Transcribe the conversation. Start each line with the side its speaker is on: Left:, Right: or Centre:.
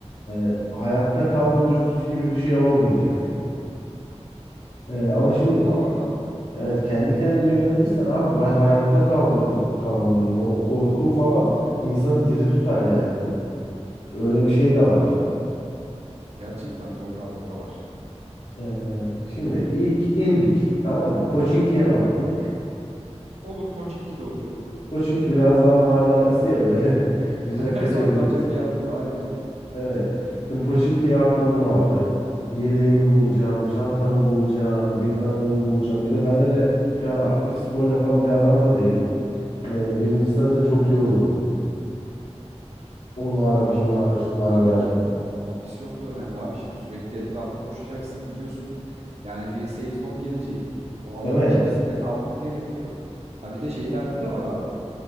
Left: e, hayatta kalma dürtüsü gibi bir şey olmayacak. E, ama
Right: Ha
Left: şimdi
Right: bir de o da var tabii.
Left: evet kendi kendini yönetirsen abi ben hayatta kalmayı kalmalıyım. O korku falan insanı diri tutar yani. Bir- Öyle bir şey de var.
Right: Gerçekten doğru abi o da var.
Left: Ee, şimdi ilk indik tamam mı? Pochinki'ye mi atladık?
Right: Olur Pochinki de olur.
Left: Pochinki biraz daha mahalle arası ya böyle <laughs>
Right: <laughs>
Left: güzel kaçabiliriz.
Right: Saklanacak yer bulur aynen.
Left: Evet. Şimdi Pochinki'ye atladım abi. Yeleğimi bulacağım, çantamı bulacağım, bilmem ne bulacağım. Bir de ben öyle şu an aktif spor yapan bir adam da değilim. Ee, birincisi zaten çok yorulurum. Onu
Right: E
Left: ara,
Right: tabii
Left: bunu
Right: şimdi
Left: ara, şunu ara
Right: tabii
Left: derken.
Right: ki k- kondisyon da önemli abi. Şimdi sürekli etrafa koşacaksın biliyorsun. Yani bir safe zone gelecek. O alanın
Left: Evet.
Right: içerisinde kalman gerekiyor. Ha bir de şeylerde de var abi.